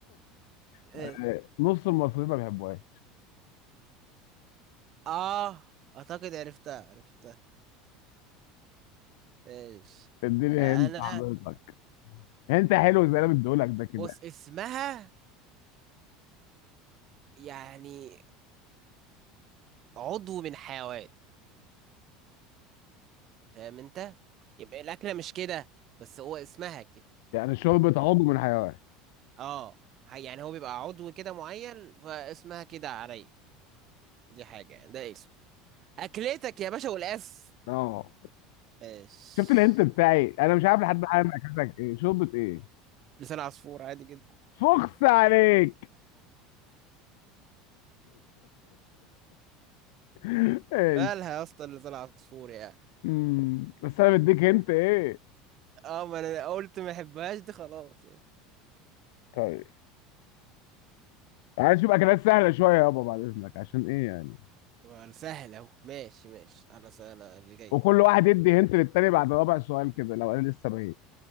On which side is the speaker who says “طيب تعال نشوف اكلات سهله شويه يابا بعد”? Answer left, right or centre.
Left